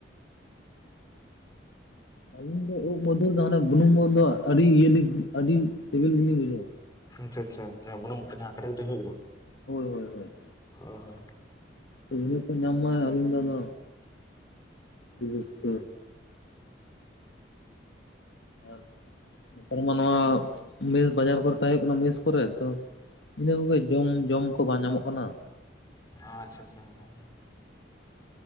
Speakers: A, on the left; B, on the left.
A: ᱟᱹᱞᱤᱧ ᱫᱚ ᱩᱵ ᱢᱚᱫᱷᱩᱨ ᱫᱚ ᱦᱟᱱᱮ ᱵᱩᱞᱩᱢ ᱩᱫ ᱫᱚ ᱟᱹᱰᱤ ᱤᱭᱟᱹ ᱟᱹᱰᱤ ᱥᱤᱵᱤᱞ ᱜᱮᱞᱤᱧ ᱵᱩᱡᱷᱟᱹᱣᱟ
B: ᱟᱪᱪᱷᱟ ᱟᱪᱪᱷᱟ ᱡᱟᱦᱟ ᱵᱩᱱᱩᱢ ᱳᱫ ᱠᱟᱹᱴᱤᱡ ᱠᱟᱹᱴᱤᱡ ᱦᱩᱭ ᱜᱚᱫᱚᱜ ᱟ
A: ᱦᱳᱭ, ᱦᱳᱭ, ᱦᱳᱭ᱾
B: ᱚᱦᱚᱭ,
A: <unintelligible> ᱟᱹᱞᱤᱧ ᱫᱚ ᱟᱫᱚ ᱟᱹᱰᱤ ᱨᱟᱹᱥᱠᱟᱹ ᱟᱨ ᱱᱮᱛᱟᱨ ᱢᱟ ᱱᱚᱣᱟ ᱢᱮᱥ ᱵᱟᱡᱟᱨ ᱠᱚᱨᱮ ᱛᱟᱦᱮᱸ ᱦᱩᱭᱩᱜ ᱠᱟᱱᱟ ᱢᱮᱥ ᱠᱚᱨᱮ᱾ ᱛᱚ, <unintelligible> ᱡᱚᱢ ᱡᱚᱢ ᱠᱚ ᱵᱟᱝ ᱧᱟᱢᱚᱜ ᱠᱟᱱᱟ᱾
B: ᱟᱪᱷᱟᱪᱷᱟ ᱟᱪᱷᱟᱪᱷᱟ, ᱦᱮᱸ ᱦᱮᱸ᱾